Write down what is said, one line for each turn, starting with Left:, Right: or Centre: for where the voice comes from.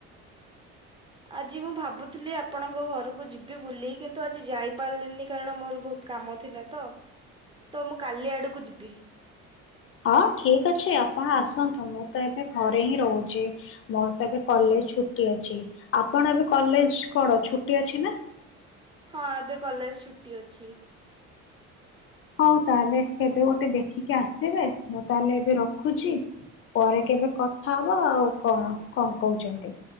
Right: ଆଜି ମୁଁ ଭାବୁଥିଲି ଆପଣଙ୍କ ଘରକୁ ଯିବି ବୁଲି, କିନ୍ତୁ ଆଜି ଯାଇପାରିଲିନି କାରଣ ମୋର ବହୁତ କାମ ଥିଲା ତ, ତ ମୁଁ କାଲି ଆଡକୁ ଯିବି।
Left: ହଁ ଠିକ ଅଛି ଆପଣ ଆସନ୍ତୁ ମୁଁ ତ ଏବେ ଘରେ ହିଁ ରହୁଛି ମୋର ତ ଏବେ କଲେଜ ଛୁଟି ଅଛି ଆପଣ ଏବେ କଲେଜ କଣ ଛୁଟି ଅଛି ନା?
Right: ହଁ ଏବେ କଲେଜ ଛୁଟି ଅଛି।
Left: ହଉ ତାହେଲେ କେବେ ଗୋଟେ ଦେଖିକି ଆସିବେ ମୁଁ ତାହେଲେ ଏବେ ରଖୁଛି ପରେ କେବେ କଥା ହବ ଆଉ କଣ କଣ କହୁଛନ୍ତି?